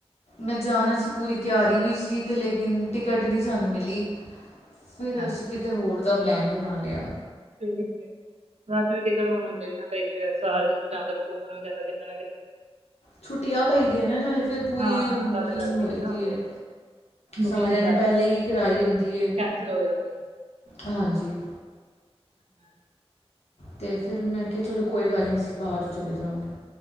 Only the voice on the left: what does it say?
ਮੈਂ ਜਾਣਾ ਸੀ ਪੂਰੀ ਤਿਆਰੀ ਵੀ ਸੀ ਤੇ ਲੇਕਿਨ ਟਿਕਟ ਨੀ ਸਾਨੂੰ ਮਿਲੀ ਫਿਰ
ਅਸੀਂ ਕਿਤੇ ਹੋਰ ਦਾ ਪਲੈਨ ਬਣਾ ਲਿਆ।
ਛੁੱਟੀਆਂ ਪਈਦੀਆਂ ਨਾ ਨਾਲੇ ਫਿਰ ਪੂਰੀ
ਬੁਕਿੰਗ
ਹੋਏ
ਦੀ
ਹੈ।
ਸਾਰਿਆਂ
ਨੇ ਪਹਿਲੇਾਂ ਹੀ ਕਰਾਈ ਹੁੰਦੀ
ਹਾਂਜੀ
ਤੇ ਫਿਰ ਮੈਂ ਕਿਹਾ ਚਲੋ ਕੋਈ ਗੱਲ ਨਹੀਂ ਅਸੀਂ ਬਾਅਦ ਚ ਚਲੇ ਜਾਵਾਂਗੇ।